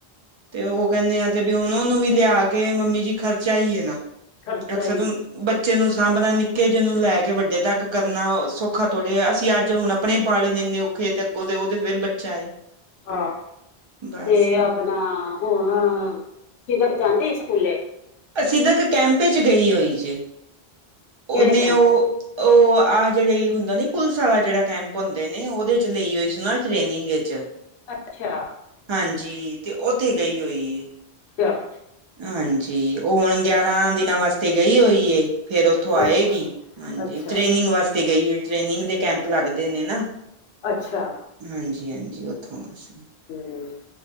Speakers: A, on the right (about 45°); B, on the left (about 85°).
A: ਤੇ ਉਹ ਕਹਿੰਨੇ ਆ ਤੇ ਵੀ ਹੁਣ ਉਹਨੂੰ ਵੀ ਲਿਆ ਕੇ ਮੰਮੀ ਜੀ ਖਰਚਾ ਹੀ ਆ ਨਾ,
B: ਖਰਚਾ
A: ਅਕਸਰ
B: ਹੀ
A: ਨੂੰ ਬੱਚੇ ਨੂੰ ਸਾਂਭਣਾ, ਨਿੱਕੇ ਜਿਹੇ ਨੂੰ ਲੈ ਕੇ ਵੱਡੇ ਤੱਕ ਕਰਨਾ ਸੌਖਾ ਥੋੜੇ ਅਸੀਂ ਅੱਜ ਹੁਣ ਆਪਣੇ ਪਾਲੇ ਨੇ ਇੰਨੇ ਔਖੇ ਤੇ ਅੱਗੋਂ ਤੇ ਉਹ ਤੇ ਫੇਰ ਬੱਚਾ ਏ।
B: ਆਹ,
A: ਬਸ
B: ਤੇ ਆਪਣਾ ਹੁਣ ਸਿਦਕ ਜਾਂਦੀ ਏ ਸਕੂਲੇ?
A: ਆ ਸਿਦਕ ਤੱਕ ਕੈਂਪ ਚ ਗਈ ਹੋਈ ਜੇ।
B: ਕਿਹੜੇ
A: ਓਨੇ
B: ਕੈਂਪ
A: ਉਹ
B: ਵਿੱਚ
A: ਉਹ ਆਹ ਜਿਹੜੇ ਹੁੰਦਾ ਨ ਪੁਲਿਸ ਵਾਲਾ ਜਿਹੜਾ ਕੈਂਪ ਹੁੰਦੇ ਨੇ ਉਹਦੇ ਲਈ ਹੋਈ ਸੀ ਟ੍ਰੇਨਿੰਗ '
B: ਅੱਛਾ।
A: ਹਾਂਜੀ ਤੇ ਉੱਥੇ ਗਈ ਹੋਈ ਏ।
B: ਚੱਲ
A: ਹਾਂਜੀ, ਉਹ ਹੁਣ ਗਿਆਰਾਂ ਦਿਨਾਂ ਵਾਸਤੇ ਗਈ ਹੋਈ ਫੇਰ ਉੱਥੋਂ ਆਏਗੀ।
B: ਅੱਛਾ
A: ਹਾਂਜੀ
B: ਅੱਛਾ
A: ਟ੍ਰੇਨਿੰਗ ਵਾਸਤੇ ਗਈ ਏ, ਟ੍ਰੇਨਿੰਗ ਦੇ ਕੈਂਪ ਲੱਗਦੇ ਨੇ ਨਾ।
B: ਅੱਛਾ
A: ਹਾਂਜੀ ਹਾਂਜੀ ਉੱਥੋਂ ਆ ਅਸੀਂ।
B: ਹੂੰ,